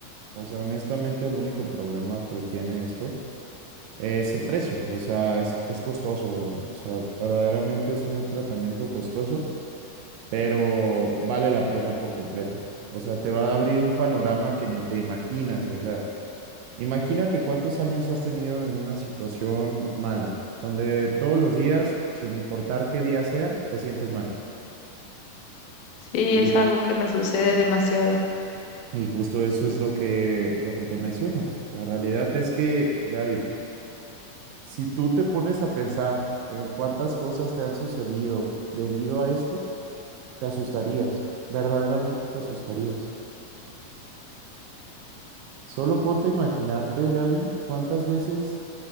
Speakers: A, on the right; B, on the left.
A: o sea, honestamente, el único problema que tiene esto es el precio, o sea, es, es costoso, Gaby, o sea, verdaderamente es un tratamiento costoso, pero vale la pena por completo, o sea, te va a abrir un panorama que ni te imaginas, o sea, imagínate cuántos años has tenido en una situación mala, donde todos los días, sin importar qué día sea, te sientes mal.
B: Sí,
A: Y,
B: es algo que me sucede demasiado.
A: y justo eso es lo que, lo que te menciono. La realidad es que, Gaby, Si tú te pones a pensar en cuántas cosas te han sucedido debido a esto, te asustarías, verdaderamente te asustarías. Solo ponte a imaginarte, Gaby, cuántas veces